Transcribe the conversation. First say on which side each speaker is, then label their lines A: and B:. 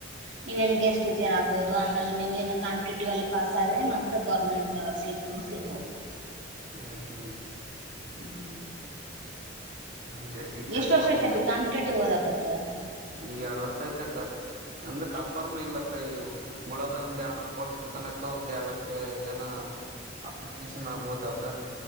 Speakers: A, on the right (about 70°); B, on the right (about 45°).
A: ನೀವುಲ್ಲಿ ಗೆಸ್ಟ್ ಟೀಚರ್ ಆಗ್ಬಹುದು ಆಮೇಲೆ ನೀವು ನ ಕಾಂಪಿಟೇಟಿವ್ ಅಲ್ಲಿ ಪಾಸ್ ಆದ್ರೆ ಮತ್ತೆ ಗೌರ್ಮೆಂಟ್ ಸೀಟ್ ಸಿಗ್ಬಹುದು
B: ಹ್ಮ್
A: ಇ <inaudible>
B: ಹ್ಮ್ ಟೀಚರ್
A: ಎಷ್ಟು ವರ್ಷ
B: ಪೋಸ್ಟ್
A: ಇಟತಿ
B: ಚ
A: ಕಾಪಿಟೇಟಿವ ಹೋದಾಗಂತ ದ <inaudible>
B: ಈಗ ಎರಡ್ ವರ್ಷ ಆಯ್ತ ಅಕ್ಕ ಅಂದ್ರೆ ಕಾಲ್ಪಾರಮ ಇಲಕ್ಕ ಈ ಬಿಡದ ಒಂದ್ ಎರಡ್ನೂರ್ ಪೋಸ್ಟ್ ಬಿಡ್ತನಕ್ಕ ಒಂದ್ ಎರಡ್ ಲಕ್ಷ ಜನ ಅಪ್ಲಿಕೇಶನ್ ಆಗ್ಬಿಡ್ತಕ್ಕ